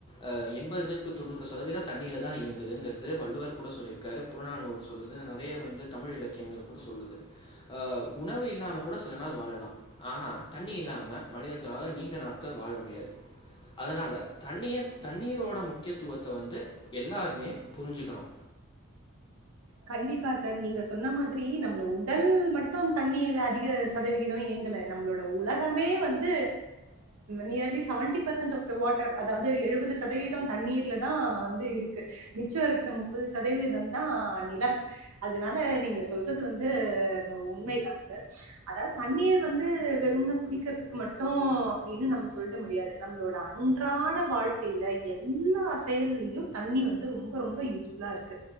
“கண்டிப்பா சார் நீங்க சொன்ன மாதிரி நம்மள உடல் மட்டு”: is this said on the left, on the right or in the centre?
Right